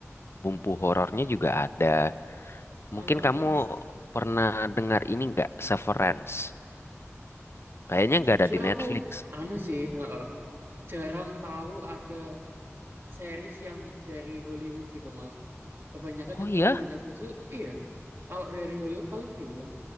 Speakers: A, on the left; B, on the right.
A: bumbu horornya juga ada.
B: I
A: Mungkin kamu
B: see.
A: pernah dengar ini nggak, Severance? Kayaknya nggak
B: Jujur
A: ada di Netflix.
B: aku anu sih, heeh. Jarang tahu ada series yang dari Hollywood gitu malah. Kebanyakan
A: Oh
B: yang
A: iya,
B: muncul di Netflix tuh iya. Kalau dari Hollywood paling film.